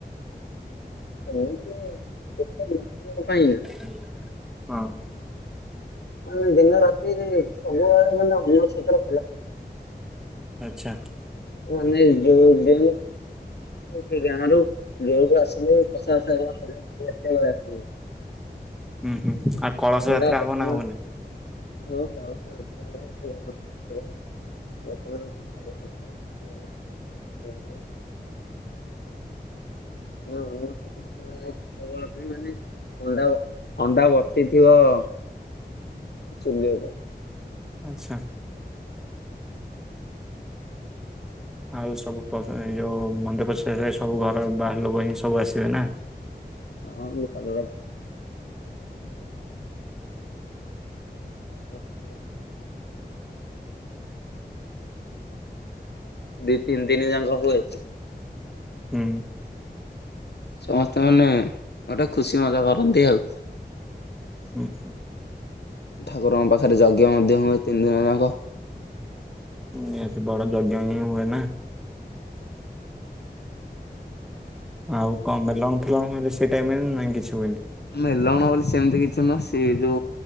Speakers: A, on the left; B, in the centre.
A: <unintelligible>
B: ହୁଁ <unintelligible> <inaudible>
A: ମାନେ ଦିନ ରାତିରେ ସବୁବଳେ ମାନେ ଅନ ଛ
B: ଆଚ୍ଛା।
A: <inaudible> <unintelligible>
B: ଉଁ ହୁଁ, ଆ କଳସ
A: ଥଣ୍ଡା
B: ଯାତ୍ରା ହବ
A: ଯାତ୍ରା
B: ନା ହବନି?
A: <inaudible> ହବ। ଲୋକମାନେ
B: <inaudible>
A: ସବୁବେଳେ <unintelligible> <inaudible>
B: ଆଚ୍ଛା। ଆଉ ସବୁ ମନ୍ଦି---ପ--ଷ୍ଟା ହେଲେ, ସବୁ ଘର ବାହାର୍ ଲୋକ ହିଁ ସବୁ ଆସିବେ ନା?
A: <inaudible> ହ <unintelligible> ଦି ତିନ୍‌ ଯାଙ୍କ ହୁଏ।
B: ହୁଁ
A: ସମସ୍ତେ ମାନେ ଗୋଟେ ଖୁସି ମଜା କରନ୍ତି ଆଉ।
B: <inaudible>
A: ଠାକୁରଙ୍କ ପାଖରେ ଯଜ୍ଞ ମଧ୍ୟ ହୁଏ, ତିନ୍‌ ଦି ଯା
B: ନିହାତି ବଡ଼ ଯଜ୍ଞ ହିଁ ହୁଏ ନା। ଆଉ ଙ୍କ ମେଲଣ ଫେଲଣ ସେଇ ଟାଇମ୍ ରେ ନାଇଁ କିଛି ହୁଏନି?
A: ମେଲଣ ବୋଲି ସେମ୍ତି କିଛି ନୁହଁ, ସେ ଯ